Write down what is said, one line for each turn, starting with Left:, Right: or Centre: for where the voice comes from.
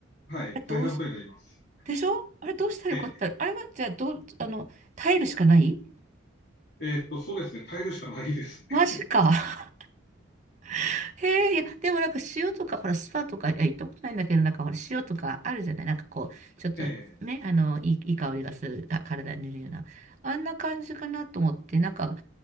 Left: う。はい。
Right: あれどうし、
Left: 大変なことになります。
Right: でしょあれどうしたらよかったあれはじゃあどう、
Left: ええ。
Right: あの、耐えるしかない
Left: えーっと、そうですね。耐えるしかないですね。
Right: マジか。<laughs> へえ、いや、でもなんか塩とか、ほら、スパとか、いや、行ったことないんだけど、なんかほら、塩とかあるじゃないなんかこう、ちょっとね、
Left: ええ。
Right: あの、いい、いい香りがする、あ、体に塗るような。あんな感じかなと思って、なんか、